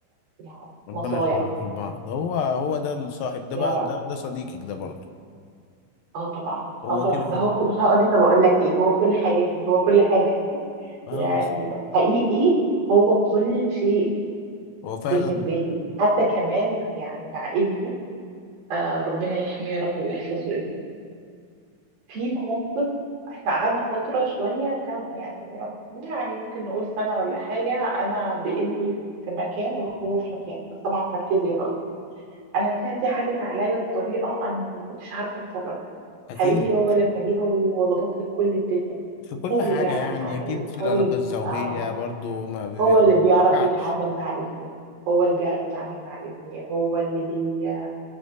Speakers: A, on the right (about 85°); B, on the left (about 80°).
A: يعني
B: ربنا
A: نصايح
B: يخليكوا لبعض هو هو ده الصاحب ده
A: يا
B: بقى
A: رب
B: ده, ده صديقك ده برضه
A: اه طبعا
B: هو
A: اه طبعا
B: كده كده
A: ده هو كل... <laughs> هقول لسه بقول لك ايه هو كل حياتي هو كل حاجه
B: اه
A: يعني
B: بس
A: حقيقي هو كل شيء
B: هو فعلا
A: بالنسبه لي حتى كمان يعني مع ابني آه ربنا يحميه يا رب ويحفظه ابنه في مواقف احنا قعدنا فتره شويه كم يعني يعني ممكن نقول سنه ولا حاجه انا بابني في مكان وهو في مكان بس طبعا كان في زيارات انا السنه دي عدت عليا بطريقه انا ما كنتش عارفه اتصرف
B: اكيد
A: حقيقي هو لما جه هو ظبط لي كل الدنيا
B: في كل
A: هو
B: حاجه
A: اللي بيعرف
B: يعني
A: يتعامل
B: اكيد في
A: هو
B: العلاقه
A: اللي بي...
B: الزوجيه
A: آه
B: برضه ما بيبيعش
A: هو اللي بيعرف يتعامل مع ابني هو اللي بيعرف يتعامل مع ابني هو اللي بي